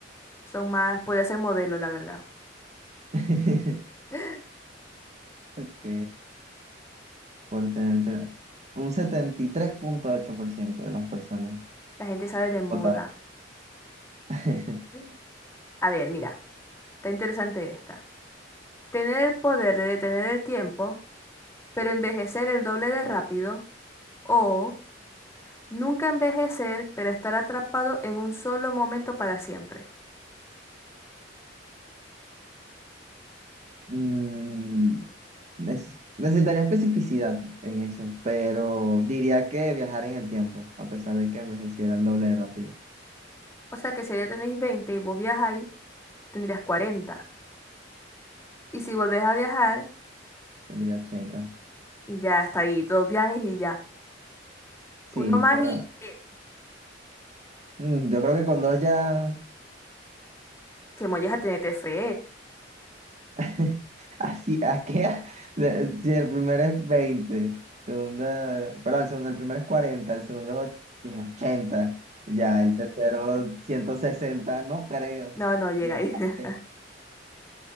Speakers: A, on the left; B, on the right.
A: son más, puede ser modelo, la verdad.
B: <laughs>
A: <gasps> <laughs>
B: Ok, por tener pena. Un setenta y tres punto ocho por ciento de las personas
A: La gente sale de moda.
B: votaron. <laughs>
A: Mm. A ver, mira. Está interesante esta. Tener el poder de detener el tiempo, pero envejecer el doble de rápido. O nunca envejecer, pero estar atrapado en un solo momento para siempre.
B: Mm, neces- necesitaría especificidad en eso, pero diría que viajar en el tiempo, a pesar de que envejeciera el doble de rápido.
A: O sea que si ya tenéis 20 y vos viajáis, tendrías 40. Y si volvés a viajar,
B: Tendría ochenta.
A: y ya está ahí, dos viajes y ya.
B: Sí,
A: Uno más
B: pero
A: y eh,
B: mm, yo creo que con dos ya
A: que molles a tenerte fe.
B: <laughs> Así, ¿a qué? De- Si el primero es 20, segunda, perdón, el segundo, el primero es 40, el segundo es och- eh, 80, ya, el tercero 160, no creo,
A: No, no llega
B: muchas
A: ahí. <laughs>
B: veces.